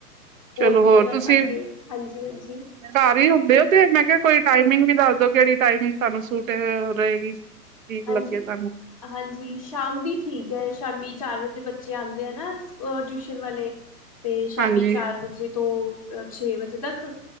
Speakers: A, on the right; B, on the left.
A: ਚਲੋ
B: ਵੀ
A: ਹੋਰ
B: ਅਗਰ
A: ਤੁਸੀਂ,
B: ਅੱਗੇ ਹਾਂਜੀ ਹਾਂਜੀ
A: ਘਰ ਹੀ ਹੁੰਦੇ ਹੋ ਤੇ ਮੈਂ ਕੇਆ ਕੋਈ ਟਾਈਮ ਮੇਨੂ ਵੀ ਦੱਸਦੋ ਕੇੜੀ ਟਾਈਮਿੰਗ ਤਾਨੂੰ ਸੂਟ ਰਹੇਗੀ?
B: ਹਾਂਜੀ,
A: ਲੱਗੇ ਤੁਹਾਨੂੰ
B: ਹਾਂਜੀ ਸ਼ਾਮ ਦੀ ਠੀਕ ਐ। ਸ਼ਾਮੀ ਚਾਰ ਵਜੇ ਬੱਚੇ ਆਂਦੇ ਆ ਨਾ ਓ ਟਿਊਸ਼ਨ ਵਾਲੇ। ਤੇ ਸ਼ਾਮੀ
A: ਹਾਂਜੀ
B: ਚਾਰ ਵਜੇ ਤੋ ਅ ਛੇ ਵਜੇ ਤੱਕ।